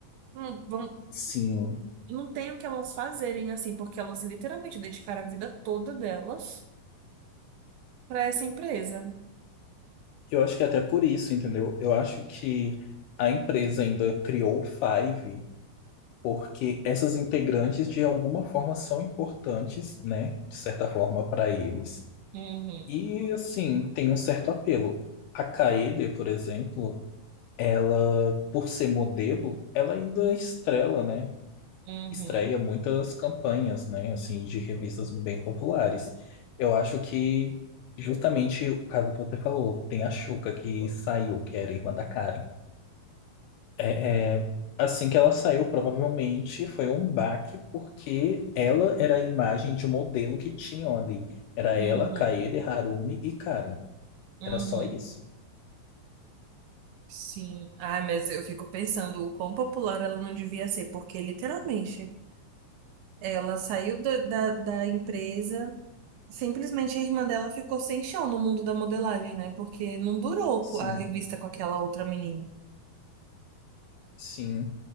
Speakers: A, on the right (about 80°); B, on the left (about 75°).
A: Hum, vamos.
B: Sim.
A: não tem o que elas fazerem, assim, porque elas literalmente dedicaram a vida toda delas para essa empresa.
B: Eu acho que é até por isso, entendeu? Eu acho que a empresa ainda criou o Five, porque essas integrantes, de alguma forma, são importantes, né? De certa forma, para eles.
A: Uhum,
B: E assim, tem um certo apelo. A Kaede, por exemplo, ela, por ser modelo, ela ainda estrela, né?
A: uhum,
B: Estreia muitas campanhas, né? Assim, de revistas bem populares. Eu acho que justamente o caso que você falou, tem a Shuka que saiu, que era irmã da Karen. É, é, assim que ela saiu, provavelmente foi um baque, porque ela era a imagem de modelo que tinham ali. Era
A: uhum,
B: ela, Kaede, Harumi e Karen.
A: uhum.
B: Era só isso.
A: Sim. Ai, mas eu fico pensando o quão popular ela não devia ser, porque literalmente ela saiu da, da, da empresa, simplesmente a irmã dela ficou sem chão no mundo da modelagem, né? Porque não durou
B: Sim,
A: co- a revista com aquela outra menina.
B: sim.